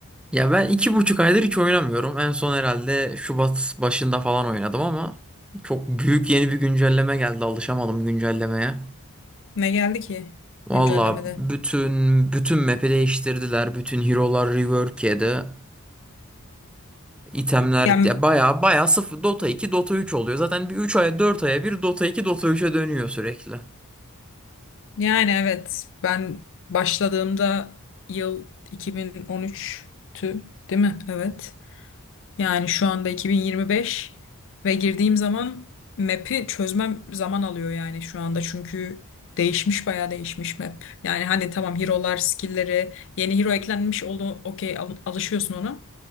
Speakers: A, in the centre; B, on the left.
A: ya ben iki buçuk aydır hiç oynamıyorum. En son herhalde Şubat başında falan oynadım ama çok büyük yeni bir güncelleme geldi. Alışamadım güncellemeye.
B: Ne geldi ki
A: Valla
B: güncellemede?
A: bütün bütün map'i değiştirdiler. Bütün hero'lar rework yedi. İtemler
B: Yani,
A: ya baya baya sıfır Dota iki Dota üç oluyor. Zaten bir 3 aya 4 aya bir Dota iki Dota üç'e dönüyor sürekli.
B: yani evet ben başladığımda yıl 2013'tü değil mi? Evet. Yani şu anda 2025 ve girdiğim zaman map'i çözmem zaman alıyor yani şu anda çünkü değişmiş bayağı değişmiş map. Yani hani tamam hero'lar, skill'leri, yeni hero eklenmiş oldu okey al- alışıyorsun ona.